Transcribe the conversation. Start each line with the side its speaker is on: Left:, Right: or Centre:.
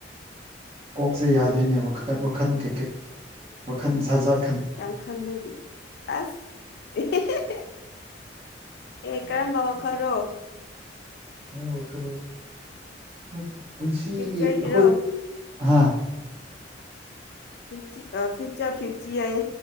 Right: ꯀꯣꯛꯁꯦ ꯌꯥꯗ꯭ꯔꯤꯅꯦ ꯋꯥꯈꯜ ꯋꯥꯈꯟ ꯀꯩꯀꯩ ꯋꯥꯈꯜ ꯖꯥꯖꯥꯠ
Left: ꯌꯥꯝ ꯈꯟꯕꯒꯤ ꯑꯁ ꯑꯦꯍꯦꯍꯦꯍꯦ ꯑꯦ ꯀꯔꯝꯕ ꯋꯥꯈꯜꯔꯣ
Right: ꯅꯪ ꯋꯥꯈꯜ ꯅꯠꯇꯦ ꯄꯨꯟꯁꯤꯒꯤ
Left: ꯐ꯭ꯌꯨꯆꯔꯒꯤꯔꯣ
Right: ꯑꯩꯈꯣꯏ ꯑꯍꯥꯥ
Left: ꯐꯤꯔꯆꯤ ꯑ ꯐꯤꯌꯨꯆꯥꯔ ꯐꯤꯎꯆꯤ ꯌꯥꯢꯌꯦ